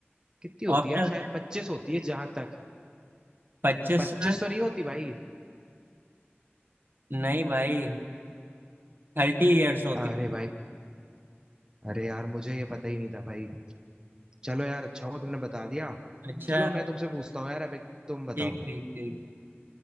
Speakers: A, on the right; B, on the right.
A: कितनी होती
B: ऑप्शन
A: है यार शायद पच्चीस होती है जहां तक
B: पच्चीस
A: पच्चीस
B: साल
A: तो नहीं होती भाई
B: नहीं भाई थर्टी इयर्स होती
A: अरे भाई अरे यार मुझे ये पता ही नहीं था भाई चलो यार अच्छा हुआ तुमने बता दिया
B: अच्छा
A: चलो मैं तुमसे पूछता हूँ यार अब एक तुम बताओ
B: ठीक ठीक ठीक